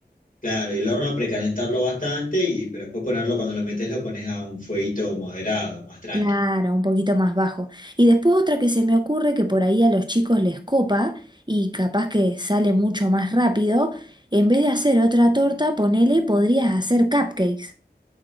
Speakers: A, on the left; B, on the right.
A: claro. Y el horno precalentarlo bastante, y, pero después ponerlo, cuando lo metes, lo pones a un fueguito moderado, más tranqui.
B: Claro, un poquito más bajo. Y después otra que se me ocurre que por ahí a los chicos les copa y capaz que sale mucho más rápido. En vez de hacer otra torta, ponele, podrías hacer cupcakes.